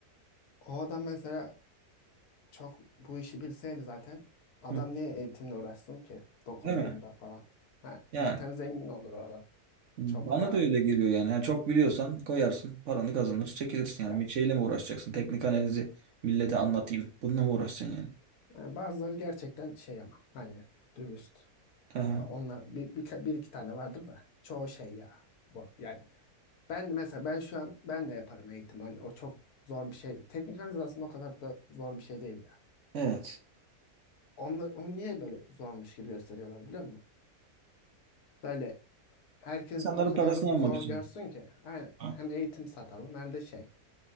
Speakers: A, on the left (about 75°); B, on the right (about 55°).
A: O adam mesela çok bu işi bilseydi zaten adam
B: Hı.
A: niye eğitimle uğraşsın ki? 9000
B: değil mi?
A: bin lira falan. Ha,
B: Yani
A: zaten zengin olur o adam.
B: bana
A: Çok da
B: da öyle geliyor yani. Ha, çok biliyorsan koyarsın paranı kazanır çekilirsin yani.
A: ya,
B: Bir şeyle mi uğraşacaksın? Teknik analizi millete anlatayım. Bununla mı uğraşacaksın yani?
A: yani bazıları gerçekten şey ama hani dürüst.
B: Hı hı.
A: Ya onlar bir, bir, bir iki tane vardır da çoğu şey ya. Bu, yani ben mesela ben şu an ben de yaparım eğitim hani o çok zor bir şey. Teknik analiz aslında o kadar da zor bir şey değil ya.
B: Evet.
A: Onlar, onu niye böyle zormuş gibi gösteriyorlar biliyor musun? Böyle herkes
B: İnsanların
A: o kadar
B: parasını
A: zor
B: almak için.
A: görsün ki. Aynen.
B: Ha.
A: Hem eğitim satalım hem de şey.